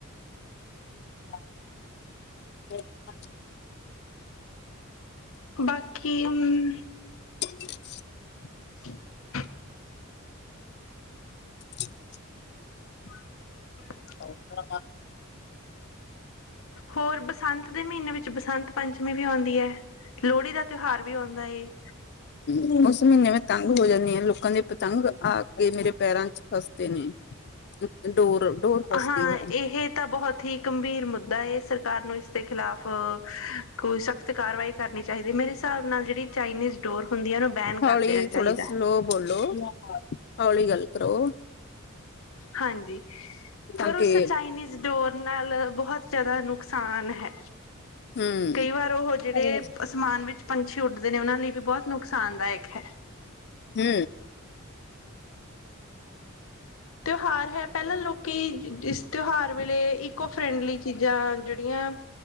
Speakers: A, on the left; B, on the left.
A: <inaudible>
B: ਬਾਕੀ- ਹੂੰ-
A: <inaudible>
B: <inaudible>
A: <unintelligible>
B: <inaudible>
A: ਹ ਤਾਂ <unintelligible>
B: ਹੋਰ ਬਸੰਤ ਦੇ ਮਹੀਨੇ ਵਿੱਚ ਬਸੰਤ ਪੰਚਮੀ ਵੀ ਆਉਂਦੀ ਹੈ। ਲੋਹੜੀ ਦਾ ਤਿਉਹਾਰ ਵੀ ਆਉਂਦਾ ਏ।
A: ਹੂੰ ਉਸ ਮਹੀਨੇ ਮੈਂ ਤਾਂ ਹੋ ਜਾਂਦੇਆ, ਲੋਕਾਂ ਦੇ ਪਤੰਗ ਆਕੇ ਮੇਰੇ ਪੈਰਾਂ ਚ ਫਸਦੇ ਨੇ ਡੋਰ ਡੋਰ ਫਸਦੀ
B: ਹਾਂ
A: ਹੈ
B: ਇਹ ਤਾਂ ਬਹੁਤ ਹੀ ਗੰਭੀਰ ਮੁੱਦਾ ਹੈ। ਸਰਕਾਰ ਨੂੰ ਇਸਦੇ ਖਿਲਾਫ਼ ਕੋਈ ਸਖਤ ਕਾਰਵਾਈ ਕਰਨੀ ਚਾਹੀਦੀ ਮੇਰੇ ਹਿਸਾਬ ਨਾਲ ਜਿਹੜੀ ਚਾਈਨੀਜ਼ ਡੋਰ ਹੁੰਦੀ ਹੈ ਉਹਨੂੰ ਬੈਨ ਕਰ
A: ਹੌਲੀ
B: ਦੇਣਾ ਚਾਹੀਦਾ
A: ਥੋੜਾ
B: ਹੈ
A: ਸਲੋ ਬੋਲੋ, ਹੌਲੀ ਗੱਲ ਕਰੋ।
B: ਹਾਂ ਜੀ
A: ਤਾਂ
B: ਪਰ ਉਸ
A: ਕਿ
B: ਚਾਈਨੀਜ਼ ਡੋਰ ਨਾਲ ਬਹੁਤ ਜ਼ਿਆਦਾ ਨੁਕਸਾਨ ਹੈ।
A: ਹੂੰ
B: ਕਈ ਵਾਰ ਉਹ ਜਿਹੜੇ
A: ਹਮ
B: ਅਸਮਾਨ ਵਿੱਚ ਪੰਛੀ ਉੱਡਦੇ ਨੇ ਉਹਨਾਂ ਲਈ ਵੀ ਬਹੁਤ ਨੁਕਸਾਨਦਾਇਕ ਹੈ।
A: ਹੂੰ
B: ਤਿਉਹਾਰ ਹੈ ਪਹਿਲਾਂ ਲੋਕੀ ਤਿਉਹਾਰ ਵੇਲੇ ਇਕੋ ਫਰੈਂਡਲੀ ਚੀਜ਼ਾਂ ਜਿਹੜੀਆਂ,